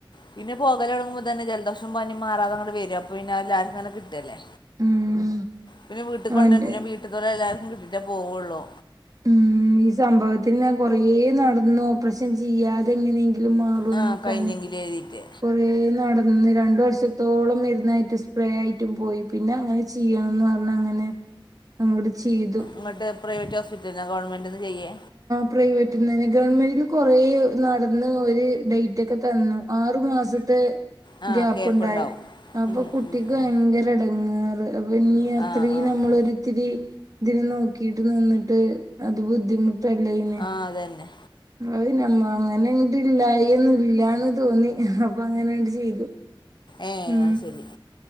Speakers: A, on the left; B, on the right.
A: പിന്നെ പോകല് തൊടങ്ങുമ്പോ തന്നെ ജലദോഷം പനും മാറാതെ ഇങ്ങട് വരും അപ്പൊ പിന്നെ എല്ലാർക്കും ഇങ്ങനെ കിട്ടല്ലേ
B: ഉം
A: പിന്നെ വീട്ടിൽ
B: അവന്റെ
A: കൊണ്ട പിന്നെ വീട്ട് തോൽക്ക് എല്ലാർക്കും കിട്ടിട്ടേ പോവള്ളു
B: ഉം ഈ സംഭവത്തിന് ഞാൻ കൊറേ നടന്നു ഓപ്പറേഷൻ ചെയ്യാതെ ഇങ്ങനെയ് ല് മാറോ
A: ആ
B: നോക്കാന്
A: കഴിഞ്ഞെങ്കിൽ എഴുതിയിട്ട്
B: കുറേ നടന്ന് രണ്ട് വർഷത്തോളം മരുന്നായിട്ടും സ്പ്രേ ആയിട്ടും പോയി പിന്നെ അങ്ങനെ ചെയ്യണന്ന് പറഞ് അങ്ങനെ അങ്ങട് ചെയ്തു
A: ന്നിട്ട് പ്രൈവറ്റ് ഹോസ്പിറ്റലിലോ ഗവൺമെന്റ്ന്ന് ചെയ്യേ
B: പ്രൈവറ്റന്ന്ന്നെ ഗവൺമെന്റിൽ കുറേ നടന്ന് ഒരു ഡൈറ്റ് ഒക്കെ തന്നു ആറു മാസത്തെ
A: ആ
B: ഗ്യാപ്പ്
A: കേപ്പുണ്ടാവും
B: ഉണ്ടായി അപ്പൊ
A: ഉം
B: കു
A: ഉം
B: ട്ടിക്ക് ഭയങ്കര
A: ഉം
B: എടങ്ങാറ് അപ്പഞ്ഞി അത്രയും
A: ആ ആ
B: നമ്മളൊരിത്തിരി
A: ആ
B: ഇതിനെ നോക്കിട്ട് നിന്നിട്ട് അത് ബുദ്ധിമുട്ടല്ലയ്ന്
A: ആ അതന്നെ
B: <unintelligible> അങ്ങനണ്ട് ഇല്ലായി ഒന്നും ഇല്ലന്ന് തോന്നി അപ്പ അങ്ങനണ്ട് ചെയ്തു
A: ഏ
B: ഉം
A: അത് ശരി